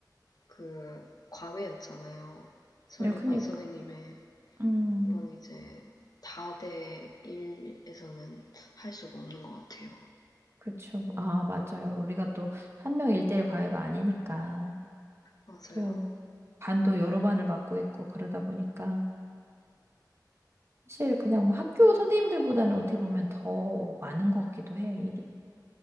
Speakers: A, on the left (about 60°); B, on the right (about 35°).
A: 그 과외였잖아요. 설리반
B: 네, 그니까.
A: 선생님의
B: 음,
A: 이건 이제 다대 일에서는 할 수가 없는 것 같아요.
B: 그쵸. 아, 맞아요. 우리가 또, 한 명 일대일 과외가 아니니까,
A: 맞아요.
B: 또, 반도 여러 반을 맡고 있고, 그러다 보니까, 사실 그냥 뭐 학교 선생님들보다는 어떻게 보면 더 많은 것 같기도 해, 일이.